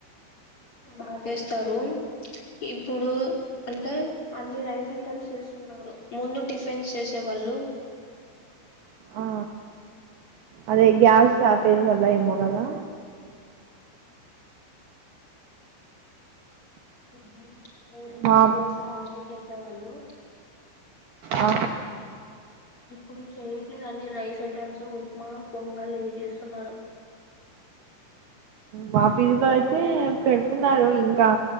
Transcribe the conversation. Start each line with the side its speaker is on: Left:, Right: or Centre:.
Left: బాగ చేస్తారు ఇప్పుడు అంటే అన్ని రైస్ ఐటమ్స్ చేస్తున్నారు ముందు టిఫిన్స్ చేసేవారు హలో
Right: ఆ అదే గ్యాస్ షార్టేజు వల్ల ఏమో గదా
Left: ఇడ్లీ పూరి
Right: మా
Left: దోశ అవన్నీ చేసేవాళ్ళు
Right: ఆ
Left: ఇప్పుడు చెయట్లేదు అన్ని రైస్ ఐటెమ్స్ ఉప్మా పొంగల్ ఇవి చేస్తున్నారు
Right: మా పిజీ లో అయితే పెడుతున్నారు ఇంకా